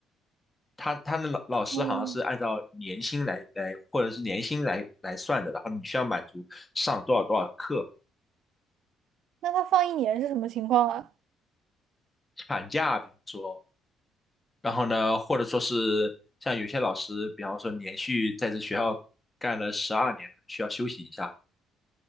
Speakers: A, on the left; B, on the right.
A: 他他的老老师好像是按照年薪来来或者是年薪来来算的，
B: 嗯，
A: 然后你需要满足上多少多少课，
B: 那他放一年是什么情况啊？
A: 产假比方说，然后呢或者说是像有些老师，比方说连续在这学校干了十二年，可能需要休息一下，